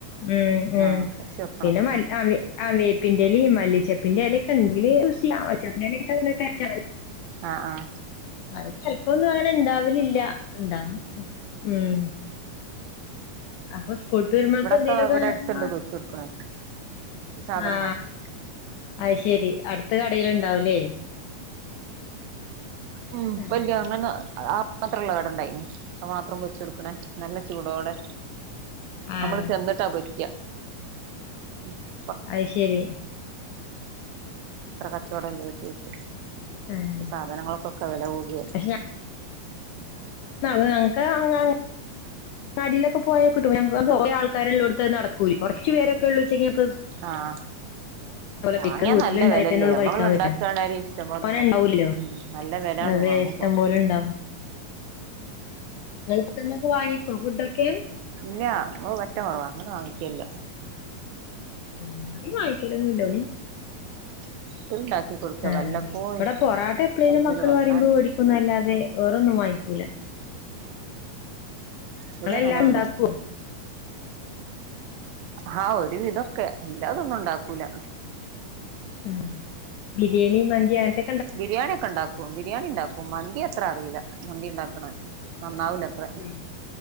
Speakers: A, on the left (about 85°); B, on the right (about 80°).
A: ഉം ഉം
B: ആഹ് കുറച്ച് വെക്കണം
A: പിന്നെ മ- ആ വേപ്പിന്റെ ഇലയും മല്ലിച്ചപ്പിന്റെറെ ഇലൊക്കെ ഉണ്ടെങ്കില് <unintelligible>
B: ആഹ ആഹ
A: <inaudible> ഇപ്പൊന്നും അങ്ങനെ ഇണ്ടാവലില്ല ഉണ്ടാവും ഉം അപ്പം കൂട്ടരുമൾക്ക്
B: ഇവിടൊക്കെ
A: എന്തേലുംക്കെ
B: ഇവിടെ
A: ആഹ
B: അടുത്തുണ്ട് പൊരിച്ച് കൊടുക്കണേ ഈ സാധനം
A: ആ
B: മാത്രം
A: അത്ശരി അടുത്ത കടേൽ ഇണ്ടാവുലേ
B: ഉ
A: ആഹ്
B: വല്യ അങ്ങനെ- മാത്രം ഉള്ള കട ഉണ്ട് മാത്രം പൊരിച്ചു കൊടുക്കണേ നല്ല- ചൂടോടെ
A: ആഹ്
B: നമ്മള് ചെന്നിട്ടാ പൊരിക്കുക ഉം <inaudible>
A: അത്ശെരി
B: അത്ര കച്ചവെടം ഇല്ലായിരിക്കും
A: ആഹ്
B: സാധനങ്ങൾക്കൊക്കെ വില കൂ <unintelligible>
A: പക്ഷെ ഞങ്ങൾക്ക് അങ്ങനെ - കടീലൊക്കെ പോയാൽ കിട്ടും കുറെ ആൾക്കാര്ള്ളോട്ത്തേ നടക്കു കുറച്ച് പേരൊക്കെ ഉള്ളൂ ഉച്ചക്ക് -
B: ആഹ് വാങ്ങിയ
A: കഴിക്കാം വീട്ടിലുണ്ടായതന്നെ
B: നല്ല വിലല്ലേ
A: ഉള്ളൂ
B: നമ്മള്
A: കഴിക്കാൻ
B: ഇണ്ടാക്കാണേൽ
A: പറ്റും
B: ഇഷ്ടംപോലെ
A: തോനെ
B: ഉണ്ടാക്കാ
A: ഉണ്ടാവൂലല്ലോ
B: നല്ല വിലാണ്
A: അതെ
B: വാങ്ങുമ്പോ
A: ഇഷ്ടം
B: <inaudible>
A: പോലെ ഉണ്ടാവും നിങ്ങളിപ്പത്തന്നൊക്കെ വാങ്ങിക്കോ ഫുഡൊക്കെ
B: ഇല്ല നമ്മ പറ്റെ കുറവാ അങ്ങനെ വാങ്ങിക്കയില്ല
A: ഉം വടിം വായിക്കലൊന്നുല്ലടിം
B: <inaudible>
A: ആ
B: വല്ലപ്പോഴും
A: ഇവിടെ പൊറാട്ട എപ്പളേലും
B: ആരെങ്കിലും
A: മക്കള്
B: വന്നാൽ
A: പറയുമ്പോ വേടിക്കുംന്നല്ലാതെ അതൊന്നും വാങ്ങിക്കൂല
B: ഇവിടെ
A: ങ്ങളെല്ലാം
B: അങ്ങനെയുള്ളൂ
A: ഉണ്ടാക്കുമോ
B: ഹാ ഒരു വിതൊക്കെ ഇല്ലാതൊന്നും ഉണ്ടാക്കൂല
A: ഉം ബിരിയാണി മന്തി അങ്ങനത്തെ
B: ബിരിയാണി ഒക്കെ ഉണ്ടാക്കും ബിരിയാണി ഉണ്ടാക്കും മന്തിക്കെ അത്ര അറിയില്ല മന്തി ഉണ്ടാക്കണെ നന്നാവില്ലത്ര
A: ഉം